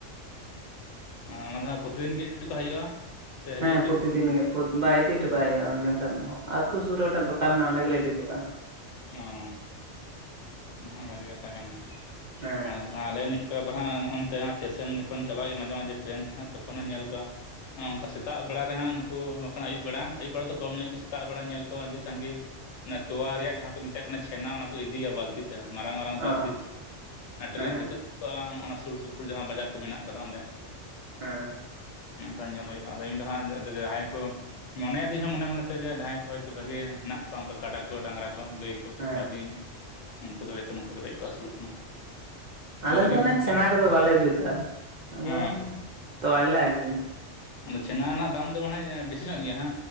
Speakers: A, on the left; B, on the right.
A: ᱦᱚᱸ᱾ ᱚᱱᱟ ᱫᱚ ᱦᱟᱸᱜ ᱯᱨᱚᱛᱤ ᱫᱤᱱ ᱜᱮ ᱤᱫ ᱦᱚᱴᱚ ᱠᱟᱜ ᱦᱩᱭᱩᱜᱼᱟ᱾ ᱥᱮ ᱦᱤᱡᱩᱜ
B: ᱦᱮᱸ᱾
A: ᱟᱠᱚ
B: ᱯᱨᱚᱛᱤᱤᱫᱤᱱ
A: ᱤᱫᱤ
B: ᱜᱮ ᱵ ᱤᱫᱤ ᱦᱚᱴᱚ ᱠᱟᱜ ᱦᱮ ᱯᱚᱨᱛᱤ ᱫᱤᱱ ᱜᱮ ᱯᱚᱨᱤ ᱵᱟᱝ ᱤᱫᱤ ᱦᱚᱴ ᱠᱟ. ᱝ ᱦᱩᱭᱩᱜᱼᱟ ᱚᱸᱰᱮ ᱢᱤᱫᱴᱮᱱ ᱟᱛᱳ ᱥᱩᱨ ᱨᱮ ᱢᱤᱫᱴᱟᱝ ᱫᱚᱠᱟᱱ ᱢᱮᱱᱟᱜᱼᱟᱸᱚᱰᱮ ᱜᱮᱞᱮ ᱤᱫᱤ ᱦᱚᱴᱠᱟᱜᱼᱟ᱾
A: ᱚᱸ ᱚᱱᱟ ᱦᱚᱸ ᱵᱷᱟᱜᱮ ᱠᱟᱛᱷᱟ ᱠᱟᱱ ᱜᱮᱭᱟ,
B: ᱦᱮᱸ
A: ᱟᱨ ᱟᱞᱮ ᱱᱤᱭᱟᱹ ᱠᱚ ᱟᱵᱟᱨ ᱦᱟᱸᱜ ᱚᱱᱛᱮᱟᱜ ᱴᱮᱥᱮᱱ ᱡᱚᱠᱷᱚᱱ ᱪᱟᱞᱟᱜᱣ ᱦᱩᱭᱩᱜᱼᱟ ᱢᱟᱡᱷᱮᱼᱢᱟᱡᱷᱮ ᱴᱨᱮᱱ ᱛᱮᱦᱜ ᱛᱚᱠᱷᱚᱱ ᱦᱚᱸᱧ ᱧᱮᱞ ᱠᱚᱣᱟ ᱚᱱᱠᱟ ᱥᱮᱛᱟᱜ ᱵᱮᱲᱟ ᱨᱮᱦᱟᱸᱜ ᱱᱩᱠᱩ ᱵᱮᱲᱟ ᱟᱹᱭᱩᱵ ᱵᱮᱲᱟ ᱫᱚ ᱠᱚᱢ ᱧᱚᱜ ᱜᱮ ᱥᱮᱛᱟᱜ ᱵᱮᱲᱟ ᱧᱮᱞ ᱠᱚ ᱟᱹᱰᱤ ᱥᱟᱸᱜᱮ ᱚᱱᱮ ᱛᱚᱣᱟ ᱨᱮᱭᱟᱜ ᱡᱟᱦᱟᱸ ᱠᱚ ᱢᱮᱛᱟᱜ ᱠᱟᱱᱟ, ᱪᱷᱮᱱᱟ ᱚᱱᱟ ᱠᱚ ᱤᱫᱤᱭᱟ ᱵᱟᱹᱛᱤᱛᱮ, ᱢᱟᱨᱟᱝ - ᱢᱟᱨᱟᱝ
B: ᱚ
A: ᱵᱟᱹᱛᱤ ᱛᱮ ᱴᱨᱮᱹᱱ
B: ᱦᱮᱸ
A: ᱛᱮᱠᱚᱜᱼᱟ ᱚᱱᱟ ᱥᱩᱨ, ᱥᱩᱯᱩᱨ ᱡᱟᱦᱟᱸ ᱵᱟᱡᱟᱨ ᱠᱚ ᱢᱮᱱᱟᱜ ᱠᱟᱫᱟ ᱚᱸᱰᱮ᱾
B: ᱦᱮᱸ᱾
A: ᱚᱱᱚᱠᱟ ᱧᱮᱞ ᱦᱩᱭᱩᱜᱼᱟ, ᱟᱫᱚ ᱤᱧ ᱫᱚ ᱦᱟᱸᱡᱟᱦᱟᱸᱭ ᱠᱚ ᱢᱚᱱᱮᱭᱫᱤᱧ ᱦᱚᱸ ᱢᱚᱱᱮ ᱢᱚᱱᱮᱛᱮ ᱡᱟᱦᱟᱸᱭ ᱠᱚ ᱦᱚᱭᱛᱳ ᱵᱷᱟᱜᱤ ᱦᱮᱱᱟᱜ ᱠᱚᱣᱟ ᱚᱱᱠᱟ ᱠᱟᱰᱟ ᱠᱚ, ᱰᱟᱝᱨᱟ ᱠᱚ, ᱜᱟᱹᱭ ᱠᱚ,
B: ᱦᱮᱸ
A: ᱵᱷᱟᱜᱤ ᱩᱱᱠᱩ ᱫᱚ ᱦᱚᱭᱛᱚ ᱱᱚᱝᱠᱟ ᱠᱟᱛᱮᱫ ᱠᱚ ᱟᱹᱥᱩᱞᱚᱜ ᱠᱟᱱᱟ᱾ ᱟᱫᱚ
B: ᱟᱞᱮ
A: ᱵᱷᱟᱜᱤ
B: ᱫᱚ ᱚᱱᱮ
A: ᱜᱮ ᱦᱳᱭᱛᱳ
B: ᱪᱷᱮᱱᱟ ᱠᱚᱫᱚ ᱵᱟᱞᱮ ᱡᱩᱛᱼᱟ ᱟᱫᱚ
A: ᱚ
B: ᱛᱚᱣᱟ ᱜᱮᱞᱮ ᱟᱠᱷᱨᱤᱧᱟ᱾
A: ᱟᱫᱚ ᱪᱷᱮᱱᱟ ᱨᱮᱱᱟᱜ ᱫᱟᱢ ᱫᱚ ᱢᱟᱱᱮ ᱵᱮᱥᱤ ᱧᱚᱜ ᱜᱮᱭᱟ